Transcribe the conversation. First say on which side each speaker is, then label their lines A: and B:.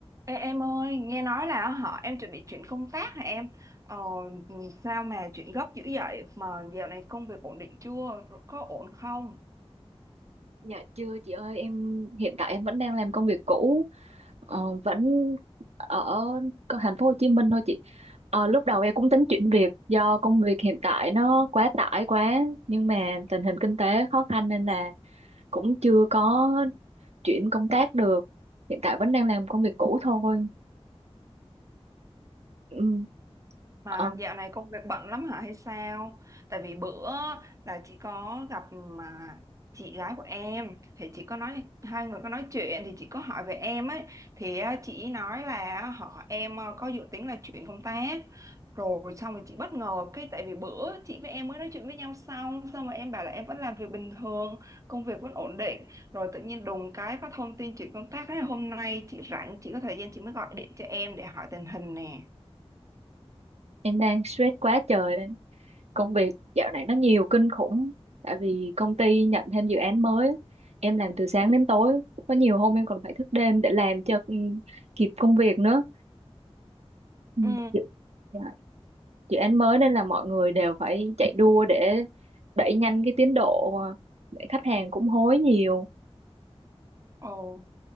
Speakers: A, on the right; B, on the right.
A: Ê, em ơi, nghe nói là họ em chuẩn bị chuyển công tác hả em? Ờ, ừ, sao mà chuyển gấp dữ vậy? Mà dạo này công việc ổn định chưa? Có ổn không?
B: Dạ chưa chị ơi em hiện tại em vẫn đang làm công việc cũ ờ, vẫn ở co- thành phố Hồ Chí Minh thôi chị ờ, lúc đầu em cũng tính chuyển việc do công việc hiện tại nó quá tải quá nhưng mà tình hình kinh tế khó khăn nên là cũng chưa có chuyển công tác được hiện tại vẫn đang làm công việc cũ thôi ừ,
A: Mà
B: ờ,
A: dạo này công việc bận lắm hả hay sao? Tại vì bữa là chị có gặp mà chị gái của em thì chị có nói hai người có nói chuyện thì chị có hỏi về em ấy thì á, chị nói là họ em ờ, có dự tính là chuyển công tác rồi xong rồi chị bất ngờ cái tại vì bữa chị với em mới nói chuyện với nhau xong xong rồi em bảo là em vẫn làm việc bình thường công việc vẫn ổn định rồi tự nhiên đùng cái có thông tin chuyển công tác thế hôm nay chị rảnh chị có thời gian chị mới gọi điện cho em để hỏi tình hình nè
B: em đang stress quá trời đây công việc dạo này nó nhiều kinh khủng tại vì công ty nhận thêm dự án mới em làm từ sáng đến tối có nhiều hôm em còn phải thức đêm để làm cho ừ, kịp công việc nữa Ừ,
A: Ừ.
B: dự, dạ, dự án mới nên là mọi người đều phải chạy đua để đẩy nhanh cái tiến độ à, để khách hàng cũng hối nhiều
A: Ồ,